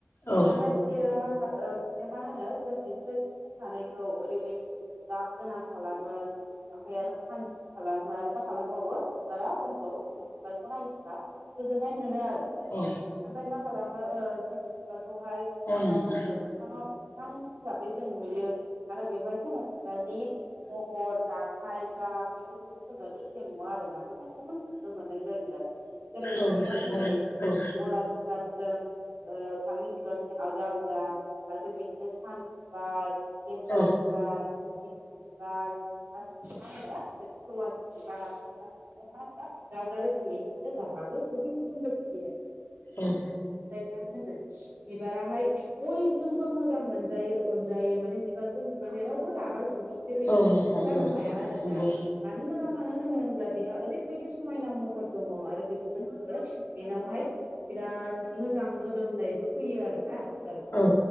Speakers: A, on the left; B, on the right.
A: औ
B: ओमफ्राय बियो मा बिनो मा होनो जोंनि स थानायखौ ओरैबायदि गाब गोनां खालामो। ओमफ्राय आरो सान्थि खालामो आरो मा खालामबावो बिबारा जोंखौ बि नाय गोजोननाय मोनो आरो
A: औ
B: बेहाय बिफाङाव
A: औ नोंथां
B: जोङो बिफाङाव बिफां हिसाबै जों नुयो आरो बेवहाय जोङो बिबारनि महर जाथाय गाब बेफोरखौबो जोङो एखे नुवा आरो ना गुबुन गुबुन नुनो मोननाय जायो आरो। जेरै नोंथाङा
A: औ
B: बुंनाय
A: औ
B: बायदि
A: औ
B: गलाब बिबारजों ओ पामि बिबारजों आलादा आलादा आरो बेबायदिनो सान बिबार गेन्दा
A: औ
B: बिबार <unintelligible> बिबार गासिबो मा होनो जेरै सेवालि बिबार गासिखौबो आरो आलदा आलदा रोखोमै गाब बाबो गुबुन गुबुन रोखोमनि आरो
A: औ
B: ओमफ्राय ना मा होनो बिबाराहाय बयजोंबो मोजां मोनजायो अनजायो माने बिबारखौ नुनानै रावबो रागा जोंनि बेबायदि
A: औ नोंथां
B: जानो
A: औ नंगौ
B: हाया आरोना मानो हो मोजां मानो होनो होनब्ला बेहा ओरैबायदि समायना महर दङ' आरो बेजों लोगोसे बेनावहाय बिराद मोजां मोदोमनायबो फैयो आरो। ना बिबारफोराव
A: औ